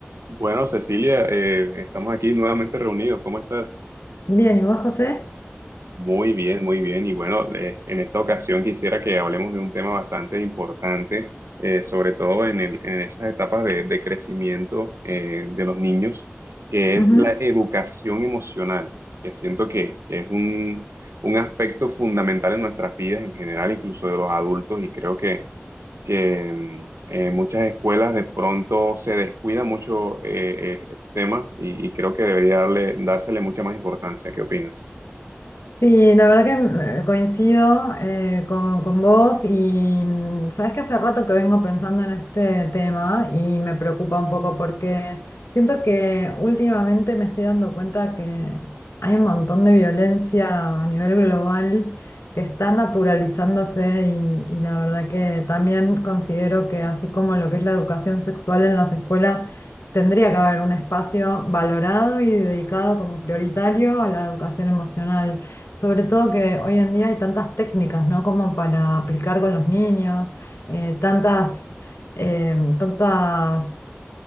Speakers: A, on the right; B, on the left.
A: Bueno, Cecilia, eh, estamos aquí nuevamente reunidos. ¿Cómo estás?
B: Bien, ¿y vos, José?
A: Muy bien, muy bien. Y bueno, le- en esta ocasión quisiera que hablemos de un tema bastante importante, eh, sobre todo en el- en esas etapas de, de crecimiento eh, de los niños, que
B: Ujú.
A: es la educación emocional, que siento que, que es un, un aspecto fundamental en nuestras vidas en general, incluso de los adultos, y creo que que mm, eh, muchas escuelas de pronto se descuida mucho eh, eh, este tema y, y creo que debería darle, dársele mucha más importancia. ¿Qué opinas?
B: Sí, la verdad que eh, coincido eh, con, con vos y mm, sabes que hace rato que vengo pensando en este tema y me preocupa un poco porque siento que últimamente me estoy dando cuenta que hay un montón de violencia a nivel global que está naturalizándose y, y la verdad que también considero que así como lo que es la educación sexual en las escuelas tendría que haber un espacio valorado y dedicado como prioritario a la educación emocional. Sobre todo que hoy en día hay tantas técnicas, ¿no? Como para aplicar con los niños, eh, tantas, eh, tantas,